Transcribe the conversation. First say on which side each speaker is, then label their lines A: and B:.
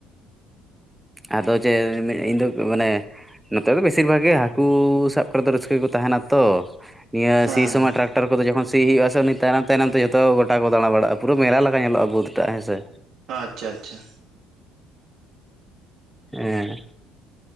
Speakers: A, in the centre; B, on the right.
A: ᱟᱫᱚ ᱡᱮ ᱢᱮ ᱤᱧᱫᱚ ᱢᱟᱱᱮ ᱱᱚᱛᱮ ᱫᱚ ᱵᱮᱥᱤᱨ ᱵᱷᱟᱜᱽ ᱜᱮ ᱦᱟᱹᱠᱩ ᱥᱟᱵ ᱠᱚᱨᱮ ᱫᱚ ᱨᱟᱹᱥᱠᱟᱹ ᱜᱮᱠᱚ ᱛᱟᱸᱦᱮᱱᱟ ᱛᱚ ᱱᱤᱭᱟᱹ
B: ᱦᱮᱸ
A: ᱥᱤ ᱥᱳᱢ ᱴᱨᱟᱠ ᱛᱟᱨᱯᱚᱨᱮ ᱡᱮᱠᱦᱚᱱ ᱥᱤ ᱦᱤᱭᱩᱜᱼᱟ ᱥᱮ ᱩᱱᱤ ᱛᱟᱭᱱᱚᱢ ᱛᱟᱭᱱᱚᱢ ᱛᱮ ᱡᱷᱚᱛᱚ ᱜᱚᱴᱟ ᱠᱚ ᱫᱟᱲᱟ ᱵᱟᱲᱟᱜᱼᱟ, ᱯᱩᱨᱟᱹ ᱢᱮᱞᱟ ᱞᱮᱠᱟ ᱧᱮᱞᱚᱜᱼᱟ ᱵᱳᱫ ᱴᱟᱜ ᱦᱮᱸ ᱥᱮ᱾
B: ᱟᱪᱪᱷᱟ ᱟᱪᱪᱷᱟ᱾
A: ᱮᱸ